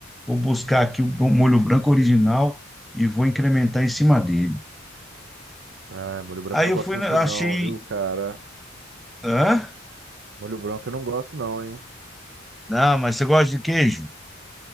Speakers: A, in the centre; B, on the right.
A: vou buscar aqui o o molho branco original e vou incrementar em cima dele.
B: Ah, molho branco
A: Aí
B: eu não
A: eu
B: gosto
A: fui,
B: muito
A: na-
B: não,
A: achei.
B: viu, cara?
A: Hã?
B: Molho branco eu não gosto não, hein?
A: Não, mas você gosta de queijo?